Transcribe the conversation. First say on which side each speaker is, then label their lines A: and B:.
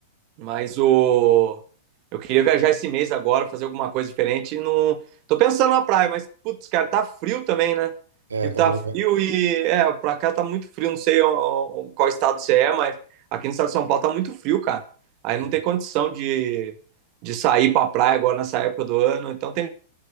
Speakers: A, on the right (about 45°); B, on the right (about 75°).
A: Mas o. Eu queria viajar esse mês agora, fazer alguma coisa diferente. e Não... Tô pensando na praia, mas, putz, cara, tá frio também, né?
B: É,
A: Tipo,
B: tá
A: tá
B: bom.
A: frio
B: né?
A: e. É, pra cá tá muito frio, não sei ó, qual estado você é, mas aqui no estado de São Paulo tá muito frio, cara. Aí
B: É.
A: não tem condição de, de sair pra praia agora nessa época do ano. Então tem